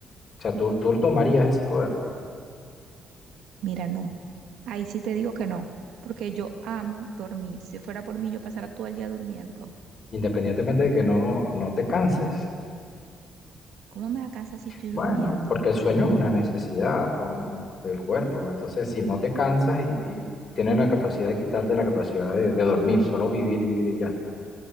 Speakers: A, on the left; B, on the right.
A: O sea, tú, tú tomarías ese poder.
B: mira, no. Ahí sí te digo que no, porque yo amo dormir. Si fuera por mí, yo pasara todo el día durmiendo.
A: independientemente de que no, no te canses.
B: ¿Cómo me alcanza si estoy
A: Bueno,
B: durmiendo?
A: porque el sueño es una necesidad o, del cuerpo, entonces si no te cansas y, y tienen la capacidad de quitarte la capacidad de, de dormir, solo vivir y vivir y ya.